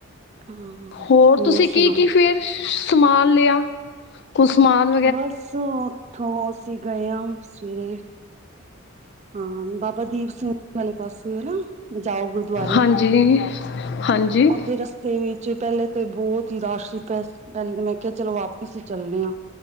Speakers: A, on the right; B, on the left.
A: ਹਾਂ
B: ਹੋਰ ਤੁਸੀਂ
A: ਸੁਣਾਓ
B: ਕੀ ਕੀ ਫੇਰ ਸਮਾਨ ਲਿਆ। ਕੁਸਮਾਨ।
A: ਬਸ ਓਥੋਂ ਦੀ ਗਏ ਅਮ ਸਵੇਰੇ। ਹਾਂ ਬਾਬਾ ਦੀਪ ਸਿੰਘ ਵਾਲੇ ਪਾਸੇ ਜਾਔ ਗੁਰਦੁਆਰੇ।
B: ਹਾਂਜੀ ਹਾਂਜੀ
A: ਉੱਥੇ ਰਸਤੇ ਵਿੱਚ ਪੈਲੇ ਤੇ ਬੋੱਤ ਹੀ ਰਸ਼ ਸੀ। ਪੈਲੇ ਮੈਂ ਕਿ ਚਲੋ ਵਾਪਿਸ ਈ ਚੱਲਨੇ ਆ